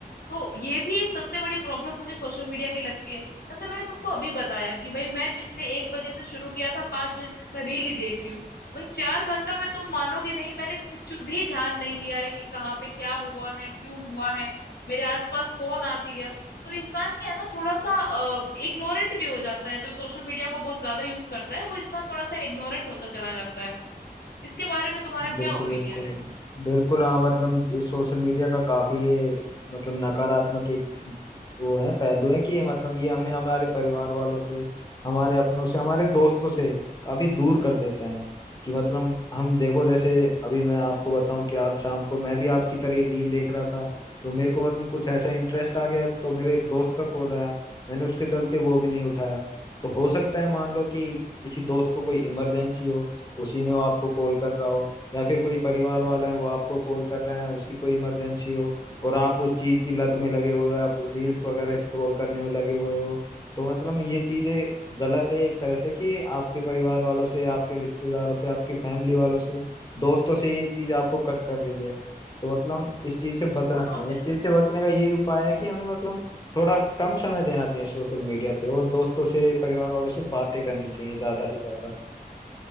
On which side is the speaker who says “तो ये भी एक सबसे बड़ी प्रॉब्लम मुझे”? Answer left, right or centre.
Left